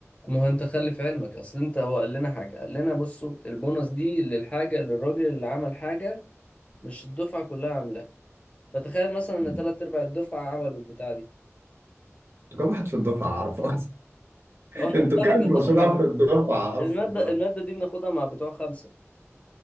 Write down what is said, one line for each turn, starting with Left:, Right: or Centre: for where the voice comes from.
Left: ما هو انت خلي في علمك اصل انت هو قال لنا حاجه قال لنا بصوا البونص دي للحاجه للراجل اللي عمل حاجه مش الدفعه كلها عاملاها فتخيل مثلا ان
Right: مم.
Left: ثلاث ارباع الدفعه عملوا البتاع دي
Right: انتوا كام واحد في الدفعه عارفه اصلا
Left: <laughs> هو
Right: <laughs>
Left: احنا
Right: انتوا
Left: لا
Right: كام
Left: ما احنا بناخد
Right: مشروع
Left: مع
Right: في الدفعه
Left: الماده
Right: اصلا عارف؟
Left: الماده دي بناخدها مع بتوع خمسه